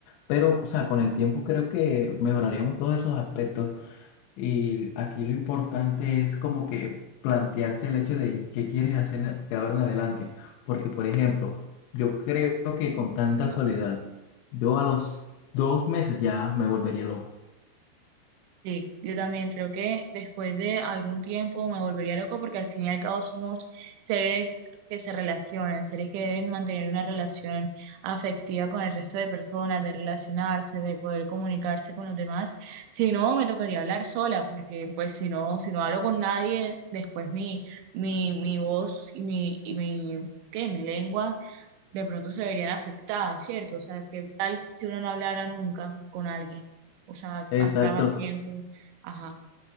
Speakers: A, on the left; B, on the right.
A: pero o sea, con el tiempo creo que mejoraríamos todos esos aspectos. Y aquí lo importante es como que plantearse el hecho de qué quieres hacer de ahora en adelante. Porque, por ejemplo, yo creo que con tanta soledad, yo a los dos meses ya me volvería loco.
B: Sí, yo también creo que después de algún tiempo me volvería loco porque al fin y al cabo somos seres que se relacionan, seres que deben mantener una relación afectiva con el resto de personas, de relacionarse, de poder comunicarse con los demás. Si no, me tocaría hablar sola porque pues si no, si no hablo con nadie, después mi, mi, mi voz y mi, y mi, ¿qué? Mi lengua de pronto se verían afectadas, ¿cierto? O sea, ¿qué tal si uno no hablara nunca con alguien? O sea,
A: Exacto.
B: pasara más tiempo. Ajá.